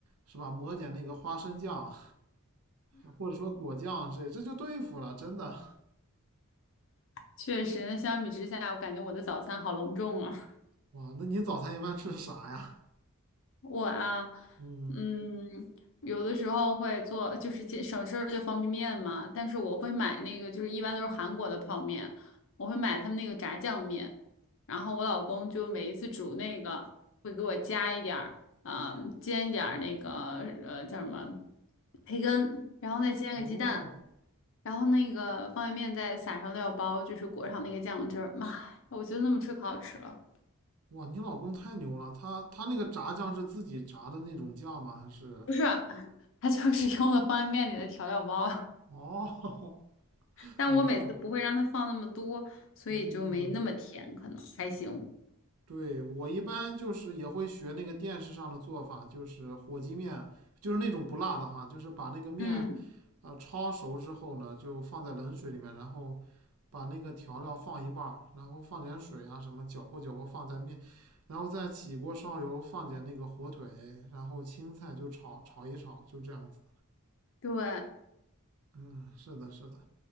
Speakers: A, on the right; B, on the left.
A: 是吧？抹点那个花生酱，<laughs> 或者说果酱这这就对付了，真的。
B: 确实，那相比之下，我感觉我的早餐好隆重啊。
A: 哇，那你早餐一般吃啥呀？
B: 我啊，
A: 嗯，
B: 嗯，有的时候会做，就是其省事儿就方便面嘛，但是我会买那个，就是一般都是韩国的泡面，我会买他们那个炸酱面，然后我老公就每一次煮那个会给我加一点儿，啊、煎一点儿那个呃叫什么培根，然后再煎个鸡蛋，
A: 哦，
B: 然后那个方便面再撒上料包，就是裹上那个酱汁儿，妈呀，我觉得那么吃可好吃了。
A: 哇，你老公太牛了，他他那个炸酱是自己炸的那种酱吗？还是？
B: 不是，他就是用的方便面里的调料包，
A: 哦，<laughs>
B: <laughs> 但我每次不会让他放那么多，
A: 明白了。
B: 所以就没那么甜，
A: 嗯，
B: 可能还行。
A: 对，我一般就是也会学那个电视上的做法，就是火鸡面，就是那种不辣的哈，就是把那个面，
B: 嗯，
A: 呃，焯熟之后呢，就放在冷水里面，然后把那个调料放一半儿，然后放点水啊什么，搅和搅和放在面，然后再起锅烧油，放点那个火腿，然后青菜就炒炒一炒，就这样子。
B: 对，
A: 嗯，是的，是的，